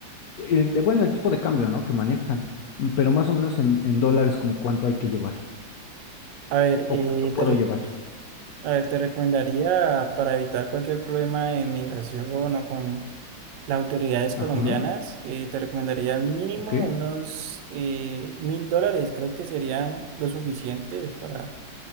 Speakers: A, on the left (about 75°); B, on the right (about 75°).
A: el, de- bueno, el tipo de cambio, ¿no? Que manejan, mm, pero más o menos en, en dólares, como cuánto hay que llevar
B: A ver,
A: o
B: eh,
A: cuánto puedo
B: te, re-
A: llevar.
B: a ver, te recomendaría para evitar cualquier problema de migración o con las autoridades
A: Ajá,
B: colombianas, eh, te recomendaría al mínimo
A: ok.
B: unos eh, mil dólares, creo que serían lo suficiente para